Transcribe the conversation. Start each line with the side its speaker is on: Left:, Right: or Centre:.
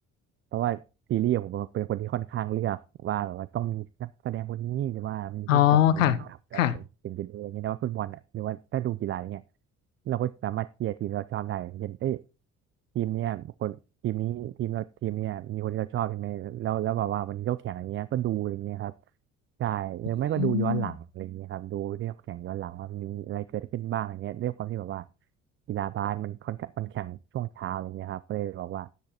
Right: เพราะว่าซีรีส์ผมเป็นคนที่ค่อนข้างเลือกว่าแบบว่าต้องมีนักแสดงคนนี้หรือว่ามีผู้กำกับคนนี้กำกับแล้วถึงจะดูอย่างเงี้ยนะว่าฟุตบอลอ่ะหรือว่าถ้าดูกีฬาอย่างเงี้ย
Left: อ๋อค่ะค่ะ
Right: เราก็สามารถเชียร์ทีมเราชอบได้อย่างเช่นเอ้ย ทีมเนี้ยคนทีมนี้ทีมเราทีมเนี้ยมีคนที่เราชอบใช่ไหมแล้วแล้วแบบว่ามันยกแข่งอย่างเงี้ยก็ดูอย่างเงี้ยครับใช่หรือไม่ก็ดูย้อนหลังอะไรอย่างเงี้ยครับดูที่เขาแข่งย้อนหลังว่ามีอะไรเกิดขึ้นบ้างอย่างเงี้ยด้วยความที่แบบว่า
Left: อืม
Right: กีฬาบาสมันค่อนข้างมันแข่งช่วงเช้าอย่างเงี้ยครับก็เลยบอกว่า